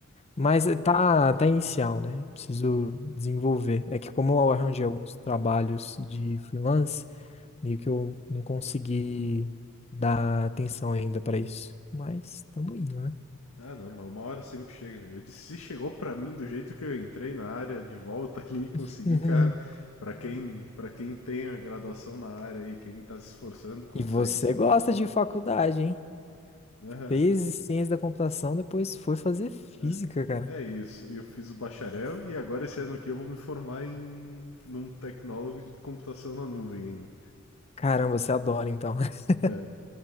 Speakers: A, on the left (about 30°); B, on the left (about 80°).
A: Mas eh, tá, tá inicial, né? Preciso desenvolver. É que como eu arranjei alguns trabalhos de freelance, meio que eu não consegui dar atenção ainda pra isso. Mas estamos indo, né?
B: Ah, não, mas uma hora sempre chega. Eu disse, se chegou pra mim do jeito que eu entrei na área, de volta <laughs> ali, e consegui,
A: <laughs>
B: cara. Pra quem, pra quem tem a graduação na área e quem tá se esforçando, consegue
A: E você
B: sim.
A: gosta de faculdade, hein?
B: Aham.
A: Fez ciência da computação, depois foi fazer física,
B: É.
A: cara.
B: É isso. Eu fiz o bacharel e agora esse ano aqui eu vou me formar em num tecnólogo de computação na nuvem ainda.
A: Caramba, você adora então. <laughs>
B: Né?